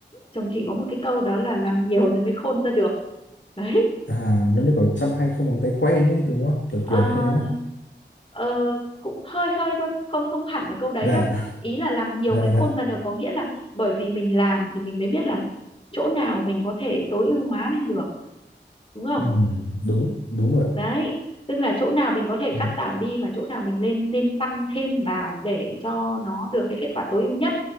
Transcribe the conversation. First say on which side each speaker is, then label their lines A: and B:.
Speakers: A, on the left; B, on the left.
A: chồng chị có một cái câu đó là làm nhiều rồi mới khôn ra được đấy
B: À, nó như kiểu chăm hay không bằng tay quen ấy, đúng không? Kiểu
A: Ờ,
B: kiểu đấy đúng không?
A: ờ, cũng hơi hơi thôi không không hẳn là câu đấy
B: Dạ,
A: đâu ý
B: <laughs>
A: là làm nhiều
B: dạ,
A: mới
B: dạ.
A: khôn ra được có nghĩa là bởi vì mình làm thì mình mới biết là chỗ nào mình có thể tối ưu hóa lên được đúng không
B: Ừm, đúng, đúng rồi ạ.
A: đấy tức là chỗ nào mình có thể
B: Dạ.
A: cắt giảm đi mà chỗ nào mình lên nên tăng thêm vào để cho nó được cái kết quả tối ưu nhất